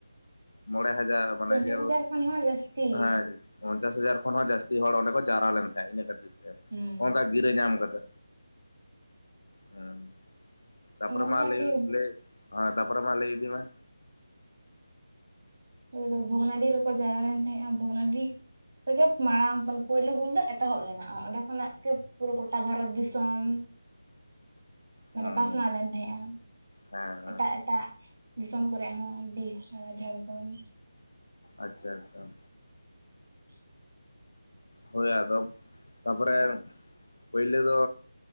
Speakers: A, on the left (about 75°); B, on the right (about 60°).
A: ᱢᱚᱬᱮ ᱦᱟᱡᱟᱨ ᱢᱟᱱᱮ
B: ᱯᱚᱧᱪᱟᱥ
A: ᱡᱮᱞ
B: ᱦᱟᱡᱟᱨ ᱠᱷᱚᱱ ᱦᱚᱸ ᱡᱟᱹᱥᱛᱤ
A: ᱦᱮᱸ
B: ᱜᱮ
A: ᱯᱚᱧᱪᱟᱥ ᱦᱟᱡᱟᱨ ᱠᱷᱚᱱ ᱦᱚᱸ ᱡᱟᱹᱥᱛᱤ ᱦᱚᱲ ᱚᱸᱰᱮ ᱠᱚ ᱡᱟᱣᱨᱟ ᱞᱮᱱ ᱛᱟᱦᱮᱸᱫ ᱤᱱᱟᱹ ᱠᱷᱟᱹᱛᱤᱨ
B: ᱦᱩᱸ
A: ᱚᱱᱠᱟ ᱜᱤᱨᱟᱹ ᱧᱟᱢ ᱠᱟᱛᱮ ᱦᱮᱸ᱾ ᱛᱟᱯᱚᱨᱮ
B: ᱚᱱᱟ
A: ᱢᱟ
B: ᱫᱚ ᱦᱟᱸᱜ
A: ᱞᱟᱹᱭ
B: ᱴᱷᱤᱠ
A: ᱞᱟᱹᱭ ᱛᱟᱯᱚᱨᱮ ᱢᱟ ᱞᱟᱹᱭ ᱤᱫᱤ ᱢᱮ᱾
B: ᱚ ᱫᱚ ᱵᱷᱚᱜᱽᱱᱟᱰᱤ ᱨᱮᱠᱚ ᱡᱟᱣᱨᱟ ᱞᱮᱱ ᱛᱟᱦᱮᱸᱜᱼᱟ ᱵᱷᱚᱜᱽᱱᱟᱰᱤ ᱨᱮᱜᱮ ᱢᱟᱲᱟᱝ ᱯᱳᱭᱞᱳ ᱦᱩᱞ ᱫᱚ ᱮᱛᱚᱦᱚᱵ ᱞᱮᱱᱟ, ᱚᱸᱰᱮ ᱠᱷᱚᱱᱟᱜ ᱜᱮ ᱯᱩᱨᱟᱹ ᱜᱚᱴᱟ ᱵᱷᱟᱨᱚᱛ ᱫᱤᱥᱚᱢ ᱢᱟᱱᱮ
A: ᱦᱮᱸ
B: ᱯᱟᱥᱱᱟᱣ
A: ᱦᱮᱸ
B: ᱞᱮᱱ ᱛᱟᱦᱮᱸᱜᱼᱟ
A: ᱦᱮᱸ ᱦᱮᱸ
B: ᱮᱴᱟᱜ ᱮᱴᱟᱜ ᱫᱤᱥᱚᱢ ᱠᱚᱨᱮ ᱦᱚᱸ, ᱵᱤᱦᱟᱨ ᱡᱷᱟᱲᱠᱚᱸᱰ
A: ᱟᱪᱪᱷᱟ, ᱟᱪᱪᱷᱟ
B: <inaudible>
A: ᱦᱳᱭ ᱟᱫᱚ ᱛᱟᱯᱚᱨᱮ ᱯᱟᱭᱞᱟᱹ ᱫᱚᱻ